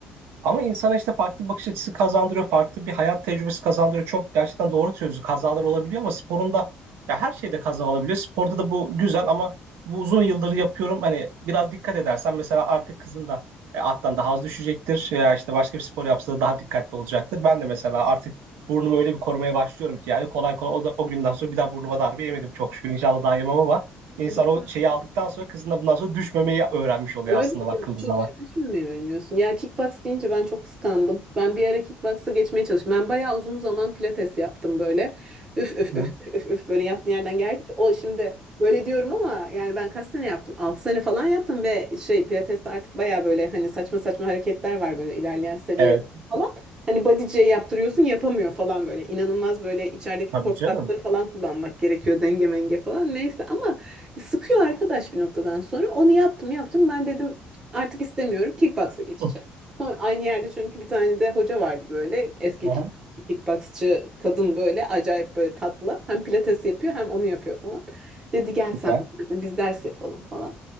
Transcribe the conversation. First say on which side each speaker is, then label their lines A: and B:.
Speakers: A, on the right; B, on the right.
A: Ama insana işte farklı bir bakış açısı kazandırıyor, farklı bir hayat tecrübesi kazandırıyor. Çok gerçekten doğru söylüyorsun. Kazalar olabiliyor ama sporunda ya her şeyde kaza olabiliyor. Sporda da bu güzel ama bu uzun yıldır yapıyorum. Hani biraz dikkat edersen mesela artık kızın da e, attan daha az düşecektir. Ya işte başka bir spor yapsa da daha dikkatli olacaktır. Ben de mesela artık burnumu öyle bir korumaya başlıyorum ki yani kolay kolay o, da, o günden sonra bir daha burnuma darbe yemedim çok şükür. İnşallah daha yemem ama insan
B: İyi.
A: o şeyi aldıktan sonra kızın da bundan sonra düşmemeyi öğrenmiş oluyor
B: Öyle
A: aslında
B: mi?
A: bakıldığı
B: Tabii küçük
A: zaman.
B: yaşta şimdi mi öğreniyorsun? Ya kickbox deyince ben çok kıskandım. Ben bir ara kickbox'a geçmeye çalıştım. Ben bayağı uzun zaman pilates yaptım böyle. Üf üf
A: Hı.
B: üf üf üf üf böyle yattığın yerden. Gerçi o şimdi böyle diyorum ama yani ben kaç sene yaptım? 6 sene falan yaptım ve şey pilateste artık bayağı böyle hani saçma saçma hareketler var böyle ilerleyen seviye
A: Evet.
B: falan. Hani body'ciye yaptırıyorsun yapamıyor falan böyle. İnanılmaz böyle içerideki
A: Tabii
B: korku
A: canım.
B: kasları falan kullanmak gerekiyor denge menge falan neyse ama Sıkıyor arkadaş bir noktadan sonra. Onu yaptım yaptım. Ben dedim artık istemiyorum. Kickbox'a geçeceğim.
A: <laughs>
B: Sonra aynı yerde çünkü bir tane de hoca vardı böyle. Eski
A: Aha,
B: kick, kickboxçı kadın böyle acayip böyle tatlı. Hem pilates yapıyor hem onu yapıyor falan. Dedi gel sen
A: süper.
B: biz ders yapalım falan.